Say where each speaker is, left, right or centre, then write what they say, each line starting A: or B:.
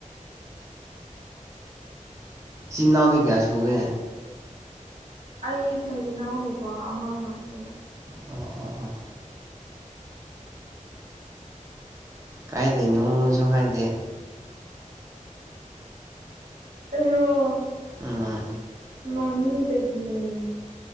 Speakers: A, on the right (about 25°); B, on the right (about 85°).
A: ꯏꯆꯤꯟ ꯏꯅꯥꯎꯗꯤ ꯀꯌꯥ ꯁꯨꯒꯦ
B: ꯑꯩꯒ ꯏꯅꯥꯎꯅꯨꯄꯥ ꯑꯃ ꯉꯥꯛꯇꯅꯤ
A: ꯑꯣ ꯑꯣ ꯑꯣ ꯀꯥꯏꯗꯩꯅꯣꯖꯨ ꯍꯥꯏꯗꯦ
B: ꯑꯩꯔꯣ
A: ꯎꯝ
B: ꯅꯣꯅꯦꯗꯒꯤꯅꯦ